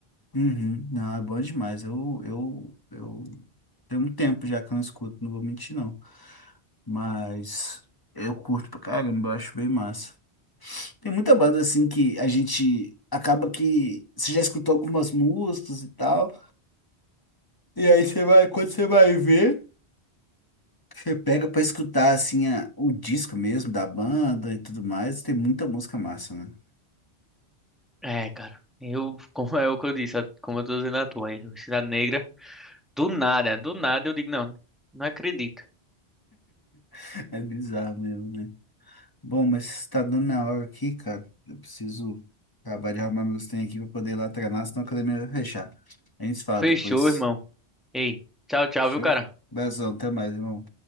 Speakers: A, on the left; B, in the centre.
A: Uhum. Não, é bom demais. Eu, eu, eu tem um tempo já que eu não escuto, não vou mentir não. Mas eu curto pra caramba, eu acho bem massa. Tem muita banda assim que a gente acaba que você já escutou algumas músicas e tal. E aí você vai, quando você vai ver, você pega pra escutar assim a- o disco mesmo da banda e tudo mais. Tem muita música massa, né?
B: É, cara. Eu, <laughs> como é o que eu disse, como eu tô dizendo a tua aí, Cidade Negra. Do nada, do nada eu digo, não, não acredito.
A: <laughs> É bizarro mesmo, né? Bom, mas tá dando na hora aqui, cara. Eu preciso acabar de arrumar meus trem aqui pra poder ir lá treinar, senão a academia vai fechar. A gente se fala
B: Fechou,
A: depois.
B: irmão. Ei, tchau, tchau,
A: Fechou?
B: viu, cara?
A: Beijão, até mais, irmão.